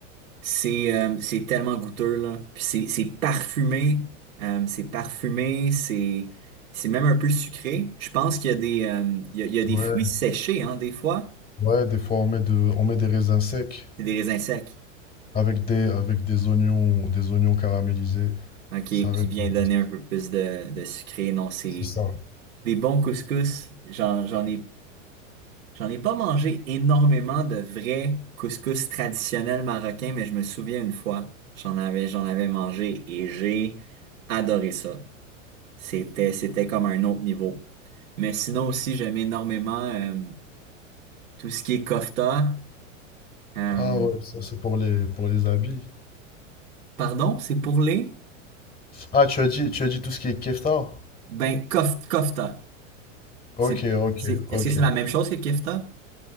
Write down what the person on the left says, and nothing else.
Ouais.
Ouais, des fois on met de, on met des raisins secs
avec des, avec des oignons, des oignons caramélisés.
Ça
répond.
C'est ça.
Ah ouais, ça c'est pour les, pour les habits.
Ah, tu as dit, tu as dit tout ce qui est kefta?
Ok,
ok,
ok.